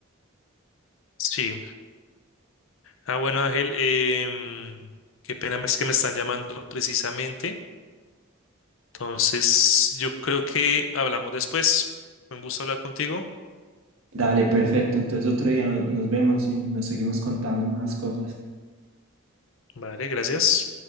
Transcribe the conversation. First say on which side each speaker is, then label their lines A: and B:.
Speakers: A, on the left (about 65°); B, on the right (about 70°).
A: Sí. Ah, bueno, Ángel, em, qué pena es que me están llamando precisamente. Entonces, yo creo que hablamos después. Fue Un gusto hablar contigo.
B: Dale, perfecto. Entonces otro día no- nos vemos y nos seguimos contando más cosas.
A: Vale, gracias.